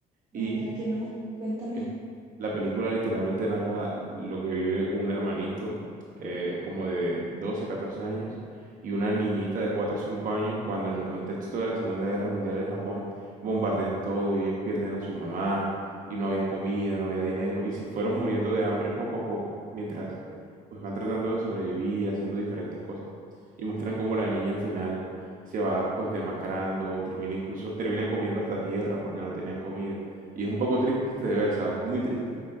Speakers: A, on the right; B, on the right.
A: No,
B: Y
A: mira que no. Cuéntame.
B: eh, La película literalmente narra lo que vive un hermanito eh, como de 12 14 años y una niñita de 4 o 5 años cuando en el contexto de la Segunda Guerra Mundial en Japón bombardean todo y ellos pierden a su mamá y no había comida, no había dinero y se fueron muriendo de hambre poco a poco mientras pues van tratando de sobrevivir haciendo diferentes cosas y muestran cómo la niña al final se va pues demacrando, termina incluso, terminan comiendo hasta tierra porque no tenían comida y es un poco triste de ver, ¿sabes? es Muy triste.